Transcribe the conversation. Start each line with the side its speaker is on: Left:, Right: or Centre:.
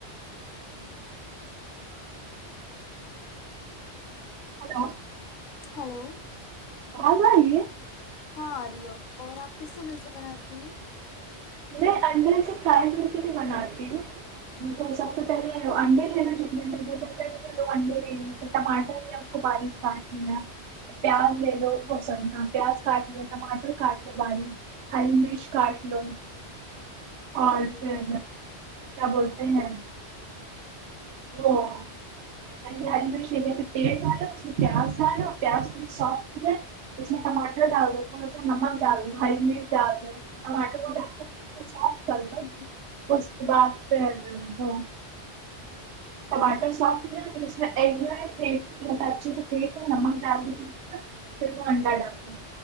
Right: ہلو
Left: ہلو
Right: آواز آئی
Left: ہاں آریو اور آپ کس سے مزے بناتی ہیں
Right: میں انڈے سے فرائی کر کے بھی بناتی ہوں تو سب سے پہلے انڈے لے لو جتنے میں نے جیسے دو انڈے لے لے تو ٹماٹر لیا اس کو باریک کاٹ لیا پیاز کاٹ لے لو بایک ہاں پیاز کاٹ لیا ٹماٹر کاٹ لو باریک ہلی مرچ کاٹ لو اور
Left: ہوں
Right: پھر کیا بولتے <unintelligible> <unintelligible> <unintelligible> <unintelligible>
Left: ہ
Right: ٹماٹر سافٹ ہو ج پھر اس زیا اچھے سے پھی نمک ڈال دا سا پھر وہ انڈا ڈال د